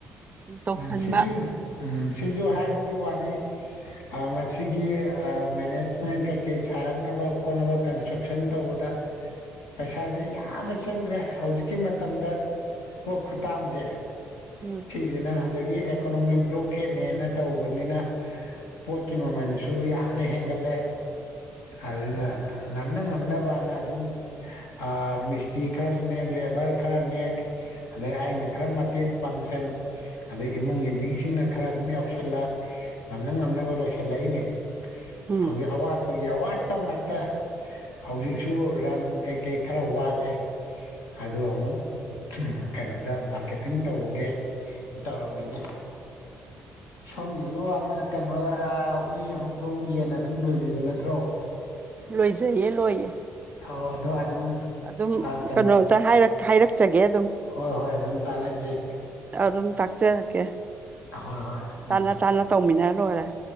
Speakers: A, on the right (about 30°); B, on the left (about 70°).
A: ꯑꯗꯨꯝ ꯇꯧꯁꯟꯕ
B: ꯑ ꯁꯤꯁꯨ ꯎꯝ ꯁꯤꯁꯨ ꯍꯥꯏꯕꯒꯤ ꯋꯥꯅꯤ ꯃꯁꯤꯒꯤ ꯃꯦꯅꯦꯖꯃꯦꯟ ꯀꯩꯀꯩ ꯁꯥꯔꯛꯅꯕ ꯈꯣꯠꯅꯕ ꯀꯟꯁꯇ꯭ꯔꯛꯁꯟ ꯇꯧꯕꯗ ꯄꯩꯁꯥꯁꯦ ꯌꯥꯝꯅ ꯆꯪꯈ꯭ꯔꯦ ꯍꯧꯖꯤꯛꯀꯤ ꯃꯇꯝꯗ ꯄꯣꯠ ꯈꯨꯠꯇꯥꯡꯁꯦ
A: ꯎꯝ <unintelligible>
B: ꯗꯤꯅ ꯑꯗꯒꯤ ꯑꯦꯀꯣꯅꯣꯃꯤꯛ ꯕ꯭ꯂꯣꯀꯦꯠꯅꯦꯅ ꯇꯧꯕꯅꯤꯅ ꯄꯣꯠꯀꯤ ꯃꯃꯜꯁꯨ ꯌꯥꯝꯅ ꯍꯦꯟꯒꯠꯂꯦ ꯑꯗꯨꯅ ꯉꯝꯅ ꯉꯝꯅꯕꯅ ꯑꯗꯨꯝ ꯑꯥ ꯃꯤꯁꯇ꯭ꯔꯤ ꯈꯔ ꯅꯦꯛ ꯂꯦꯕꯔ ꯈꯔ ꯅꯦꯛ ꯑꯗꯩ ꯑꯩꯅ ꯈꯔ ꯃꯇꯦꯡ ꯄꯥꯡꯁꯟ ꯑꯗꯩ ꯏꯃꯨꯡꯒꯤ ꯃꯤꯁꯤꯡꯅ ꯈꯔ ꯑꯗꯨꯝ ꯌꯥꯎꯁꯜꯂꯛ ꯉꯝꯅ ꯉꯝꯅꯕ ꯂꯣꯏꯁꯤꯜꯂꯛꯏꯅꯤ
A: ꯎꯝ
B: ꯍꯧꯖꯤꯛ ꯑꯋꯥꯠ <unintelligible> ꯑꯋꯥꯠꯄ ꯉꯥꯛꯇ ꯍꯧꯖꯤꯛꯁꯨ ꯔꯪ ꯀꯩꯀꯩ ꯈꯔ ꯋꯥꯠꯂꯦ ꯑꯗꯨ ꯑꯃꯨꯛ ꯀꯩꯅꯣꯗ ꯃꯥꯔꯀꯦꯇꯤꯡ ꯇꯧꯔꯨꯒꯦ ꯇꯧꯔꯝꯃꯦꯅꯦ ꯁꯣꯝꯒꯤꯁꯨ ꯑꯃ ꯀꯩꯅꯣ ꯍꯨꯏ ꯍꯧꯗꯣꯡ ꯌꯦꯟ ꯑꯗꯨꯝ ꯂꯣꯏꯕꯤꯕ ꯅꯠꯇ꯭ꯔꯣ
A: ꯂꯣꯏꯖꯩꯌꯦ ꯂꯣꯏꯌꯦ
B: ꯍꯣ ꯑꯗꯣ ꯑꯗꯨꯝ
A: ꯑꯗꯨꯝ
B: ꯀꯩꯅꯣ
A: ꯀꯩꯅꯣꯝꯇ ꯍꯥꯏꯔꯛ ꯍꯥꯏꯔꯛꯆꯒꯦ ꯑꯗꯨꯝ
B: ꯍꯣꯏ ꯍꯣꯏ ꯑꯗꯨꯝ ꯇꯥꯟꯅꯖꯤ
A: ꯑꯗꯨꯝ ꯇꯥꯛꯆꯔꯛꯀꯦ
B: ꯍꯣꯏ ꯍꯣꯏ ꯎꯝ
A: ꯇꯥꯅ ꯇꯥꯅ ꯇꯧꯃꯤꯟꯅ ꯂꯣꯏꯔꯦ